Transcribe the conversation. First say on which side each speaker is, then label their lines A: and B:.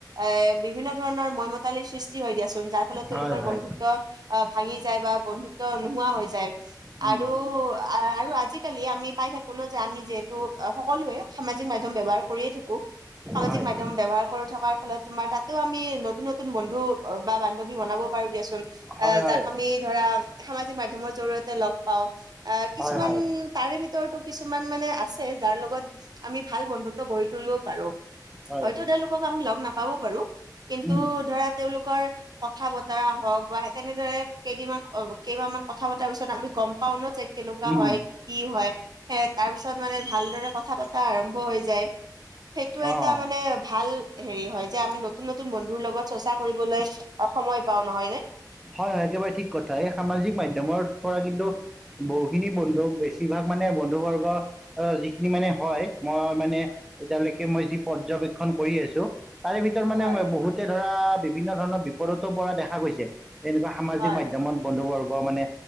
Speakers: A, on the right; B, in the centre.
A: এ বিভিন্ন ধৰণৰ ময়মতালিৰ সৃষ্টি হয় দিয়াচোন যাৰ ফলত
B: হয়
A: তেওঁলোকৰ
B: হয়
A: বন্ধু অ' ভাঙি যায় বা বন্ধুত্ব নোহোৱা হৈ যায়
B: উম,
A: আৰু আৰু আ আজিকালি আমি পাই থাকো ন' যে আমি যিহেতু সকলোৱে সামাজিক মাধ্যম ব্যৱহাৰ কৰিয়ে থাকো, সামাজিক
B: হয়
A: মাধ্যম
B: হয়
A: ব্যৱহাৰ কৰি থকাৰ ফলত তোমাৰ তাতেও আমি নতুন নতুন বন্ধু বা বান্ধৱী বনাব পাৰো দিয়াচোন। অ'
B: হয়
A: যাক আমি ধৰা সামাজিক মাধ <unintelligible> জৰিয়তে লগ পাওঁ, অ' কিছুমান
B: হয় হয়
A: তাৰে ভিতৰতো কিছুমান মানে আছে যাৰ লগত আমি ভাল বন্ধুত্ব গঢ়ি তুলিব পাৰো।
B: হয়
A: হয়তো তেওঁলোকক আমি লগ নাপাব পাৰো। কিন্তু
B: উম,
A: ধৰা তেওঁলোকৰ কথা বতৰা হওঁক তেনেদৰে কেইদিনমান কেইমাহ মান কথা পতাৰ পিছত আমি গ'ম পাওঁ ন' যে কেনেকুৱা
B: উম,
A: হয়
B: উম,
A: কি হয় এ তাৰ পিছত মানে ভালদৰে কথা পতা আৰম্ভ হৈ যায়। সেইটো এটা
B: অ
A: মানে ভাল হেৰি হয় যে আমি নতুন নতুন বন্ধুৰ লগত চৰ্চা কৰিবলৈ অ' সময় পাওঁ নহয়নে?
B: হয় হয় একেবাৰে ঠিক কথা এই সামাজিক মাধ্যমৰ পৰা কিন্তু বহুখিনি বন্ধু বেছিভাগ মানে বন্ধু বৰ্গ অ' যিখিনি মানে হয় মই মানে এতিয়ালৈকে মই যি পৰ্যবেক্ষন কৰি আছোঁ। তাৰে ভিতৰত মানে
A: হয়
B: বহুতে ধৰা বিভিন্ন ধৰণৰ বিপদতো পৰা দেখা গৈছে। এনেকুৱা সামাজিক
A: হয়
B: মাধ্যমত বন্ধুবৰ্গ মানে